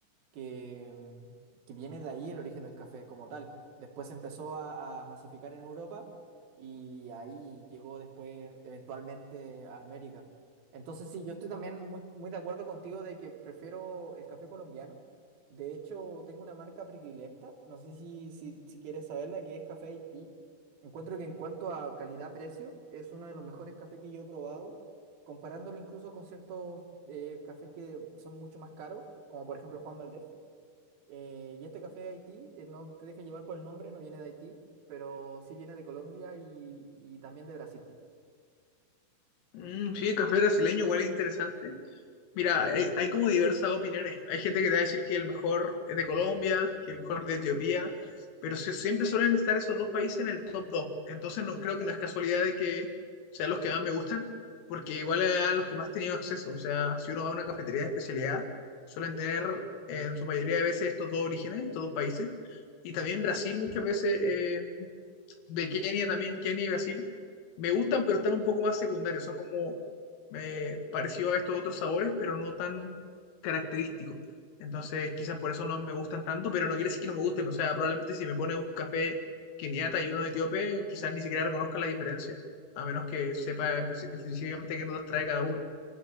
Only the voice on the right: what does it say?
que, mm, que viene de ahí el origen del café como tal. Después se empezó a, a masificar en Europa y ahí llegó después eventualmente a América. Entonces sí, yo estoy también muy, muy de acuerdo contigo de que prefiero el café colombiano. De hecho, tengo una marca predilecta, no sé si, si, si quieres saberla, que es Café Haití. Encuentro que en cuanto a calidad-precio, es uno de los mejores cafés que yo he probado, comparándolo incluso con ciertos eh, cafés que son mucho más caros, como por ejemplo Juan Valdez eh, y este café de Haití, eh, no te dejes llevar por el nombre, no viene de Haití, pero sí viene de Colombia y, y también de Brasil.